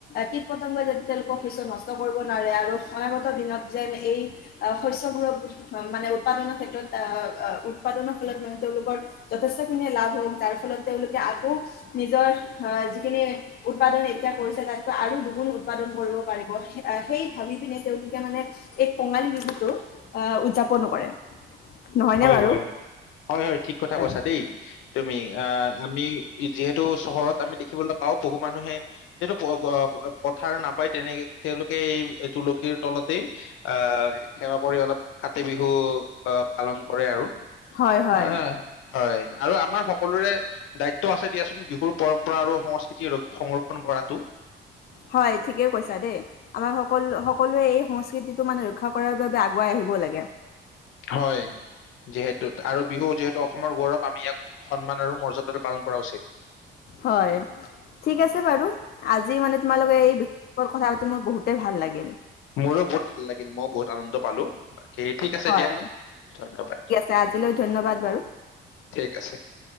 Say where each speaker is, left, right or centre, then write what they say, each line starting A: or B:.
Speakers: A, on the left; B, on the left.
A: কীট পতংগই যেন কম শস্য নষ্ট কৰিব নোৱাৰে আৰু অনাগত দিনত যেন এই, অ শস্যবোৰৰ মানে উৎপাদনৰ ক্ষেত্ৰত অ' অ' উৎপাদনৰ ফলত মানে তেওঁলোকৰ যথেষ্টখিনিয়ে লাভ হওঁক, যাৰ ফলত তেওঁলোকে আকৌ নিজৰ, অ' যিখিনি উৎপাদন এতিয়া কৰিছে তাতকৈ আৰু দুগুণ উৎপাদন কৰিব পাৰিব, সেই ভাবি পিনে তেওঁলোকে মানে এই কঙালী বিহুটো, অ' উৎযাপন কৰে। নহয়নে
B: হয়-হয়,
A: বাৰু
B: হয়-হয় ঠিক কথা
A: হয়
B: কথা কৈছা দেই তুমি। আহ আমি যিহেতু চহৰত আমি দেখিবলৈ পাও বহু মানুহে, যিহেতু পথাৰ নাপায় তেনে তেওঁলোকে এই তুলসীৰ তলতেই, আহ সেৱা কৰি অলপ কাতি বিহু আহ পালন কৰে আৰু,
A: হয় হয়।
B: আহ হয়। আৰু আমাৰ সকলোৰে দায়িত্ব আছে দিয়াচোন বিহুৰ পৰম্পৰা আৰু সংস্কৃতি সংৰক্ষন কৰাটো।
A: হয়, ঠিকেই কৈছা দেই, আমাৰ সকলো সকলোৱে এই সংস্কৃতিটো মানে ৰক্ষা কৰাৰ বাবে আগুৱাই আহিব লাগে।
B: হয় যিহেতু, আৰু বিহু যিহেতু অসমৰ গৌৰৱ আমি ইয়াক সন্মান আৰু মৰ্যাদাটো পালন কৰা উচিত।
A: হয়, ঠিক আছে বাৰু আজ আজি মানে তোমালোকে এই বিষয় কথা পাতি মোৰ বহুতে ভাল লাগিল।
B: মোৰো বহুত ভাল লাগিল মইও বহুত আনন্দ <unintelligible> আছে
A: হয়,
B: দিয়া ধন্যবাদ
A: ঠিক আছে, আজিলৈ ধন্যবাদ বাৰু।
B: ঠিক আছে